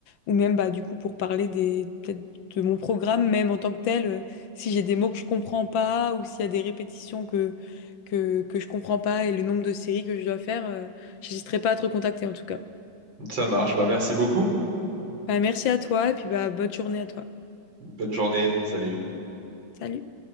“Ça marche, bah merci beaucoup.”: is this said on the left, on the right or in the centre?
Right